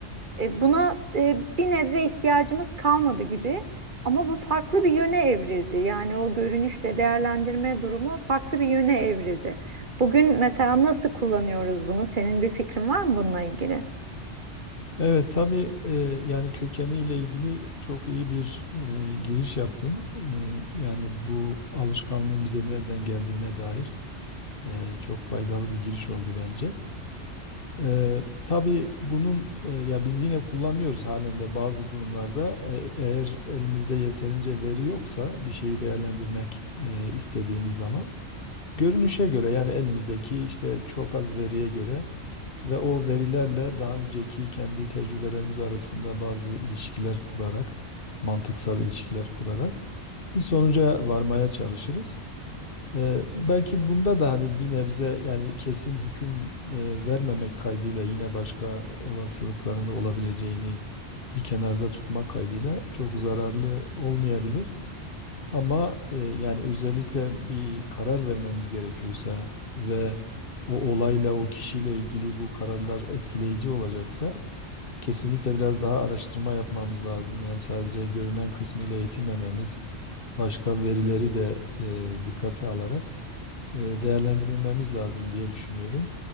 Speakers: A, on the right; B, on the left.
A: E, buna e, bir nebze ihtiyacımız kalmadı gibi ama bu farklı bir yöne evrildi. Yani o görünüşle değerlendirme durumu farklı bir yöne evrildi. Bugün mesela nasıl kullanıyoruz bunu? Senin bir fikrin var mı bununla ilgili?
B: Evet tabii e, yani kökeniyle ilgili çok iyi bir e, giriş yaptın. E, yani bu alışkanlığın bize nereden geldiğine dair e, çok faydalı bir giriş oldu bence. E, tabii bunun e, ya biz yine kullanıyoruz halen de bazı durumlarda E, eğer elimizde yeterince veri yoksa bir şeyi değerlendirmek e, istediğimiz zaman görünüşe göre yani elimizdeki işte çok az veriye göre Ve o verilerle daha önceki kendi tecrübelerimiz arasında bazı ilişkiler kurarak, mantıksal ilişkiler kurarak bir sonuca varmaya çalışırız. Ee, belki bunda da hani bir nebze yani kesin hüküm e, vermemek kaydıyla yine başka olasılıklarında olabileceğini bir kenarda tutmak kaydıyla çok zararlı olmayabilir. Ama e, yani özellikle bir karar vermemiz gerekiyorsa ve o olayla o kişiyle ilgili bu kararlar etkileyici olacaksa kesinlikle biraz daha araştırma yapmamız lazım. Yani sadece görünen kısmıyla yetinmememiz, başka verileri de e, dikkate alarak e, değerlendirmemiz lazım diye düşünüyorum.